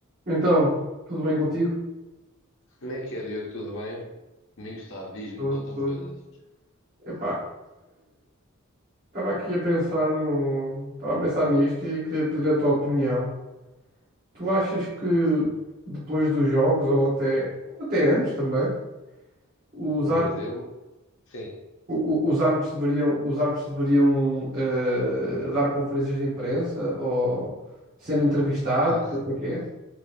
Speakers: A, on the right; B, on the left.
A: Então, tudo bem contigo?
B: Como é que é, Diogo? Tudo bem? Comigo está, diz-me,
A: Tudo,
B: conta-me
A: tudo.
B: coisas.
A: Epá, estava aqui a pensar no, estava a pensar nisto e queria pedir a tua opinião. Tu achas que depois dos jogos ou até até antes também, os,
B: No
A: ár-
B: Brasil, sim.
A: o- o- os árbitros deveriam, os árbitros deveriam eh, dar conferências de imprensa ou ser entrevistados,
B: Ó-
A: não sei o quê?